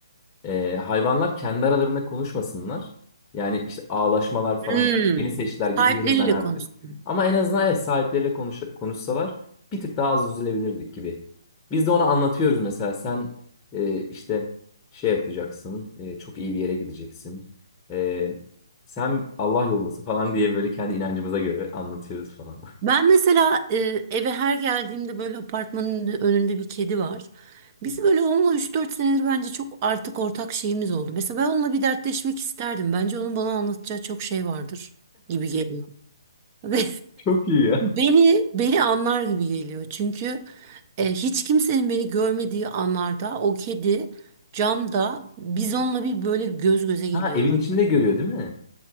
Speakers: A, on the left; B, on the right.
A: e, hayvanlar kendi aralarında konuşmasınlar. Yani işte ağlaşmalar falan.
B: Hmm.
A: Beni seçtiler
B: Sahipleriyle
A: gidiyorum ben artık.
B: konuştum.
A: Ama en azından evet, sahipleriyle konuş konuşsalar bir tık daha az üzülebilirdik gibi. Biz de onu anlatıyoruz mesela. Sen e, işte şey yapacaksın. e, çok iyi bir yere gideceksin. E, sen Allah yolundasın falan diye böyle kendi inancımıza göre anlatıyoruz falan.
B: Ben mesela e, eve her geldiğimde böyle apartmanın önünde bir kedi var. Biz böyle onunla üç dört senedir bence çok artık ortak şeyimiz oldu. Mesela ben onunla bir dertleşmek isterdim. Bence onun bana anlatacağı çok şey vardır gibi geliyor. <laughs> Ve
A: <laughs> Çok iyi ya.
B: beni beni anlar gibi geliyor. Çünkü e, hiç kimsenin beni görmediği anlarda o kedi camda biz onunla bir böyle göz göze geliyoruz.
A: Ha evin içinde görüyor değil mi?